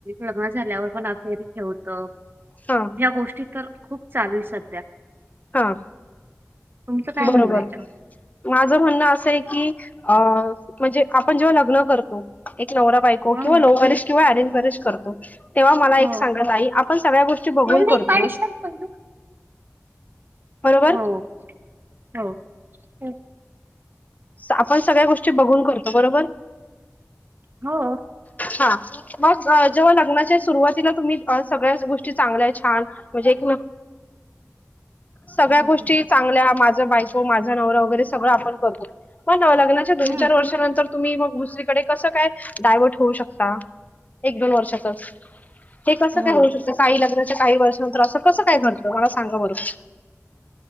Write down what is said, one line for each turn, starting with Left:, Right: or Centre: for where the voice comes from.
Right: लग्न झाल्यावर पण अखेरी <unintelligible> तर
Left: हा
Right: ह्या गोष्टी तर खूप चालूय सध्या
Left: हा
Right: तुमचं काय
Left: बरोबर
Right: म्हणणं आहे याच्यावर?
Left: माझं म्हणणं असं आहे की अ म्हणजे आपण जेव्हा लग्न करतो एक् नवरा बायको
Right: हो
Left: किंवा लव मॅरेज किंवा अरेंज
Right: हो
Left: मॅरेज करतो तेव्हा मला
Right: हो.
Left: एक सांगा ताई आपण सगळ्या गोष्टी बघून
Right: नाही,
Left: करतो
Right: पाडेशन
Left: ना
Right: पण तू.
Left: बरोबर?
Right: हो हो. हो. हं,
Left: आपण सगळ्या गोष्टी बघून करतो बरोबर?
Right: हो
Left: हा मग जेव्हा लग्नाच्या सुरुवातीला तुम्ही सगळ्याच गोष्टी चांगल्याय छान म्हणजे एक सगळ्या
Right: हं,
Left: गोष्टी
Right: हं.
Left: चांगल्या माझ्या जर बाई तो माझा नवरा वगैरे सगळं आपण करतो पण किंवा लग्नाच्या दोन
Right: हं,
Left: चार वर्षानंतर तुम्ही मग दुसरीकडे कसं काय डायवर्ट होऊ शकता एक दोन वर्षातच हे कसं
Right: हो.
Left: काय होऊ शकतं काही लग्न काही वर्षानंतर असं कसं काय घडतं मला सांगा बरं